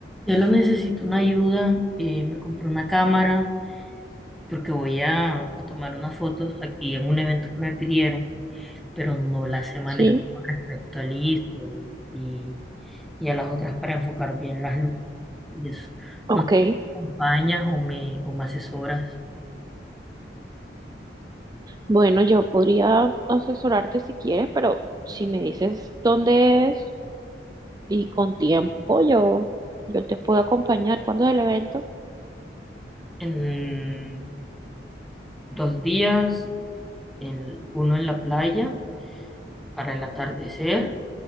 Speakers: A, in the centre; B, on the right.
A: Yo lo necesito una ayuda, eh, me compré una cámara porque voy a, a tomar unas fotos aquí en un evento que me pidieron, pero no las sé manejar
B: Sí,
A: con respecto al ISO y, y a las otras para enfocar bien las luces y eso.
B: ok.
A: ¿No sé si me acompañas o me, o me asesoras?
B: Bueno, yo podría asesorarte si quieres, pero si me dices dónde es y con tiempo, yo, yo te puedo acompañar. ¿Cuándo es el evento?
A: En dos días, el, uno en la playa para el atardecer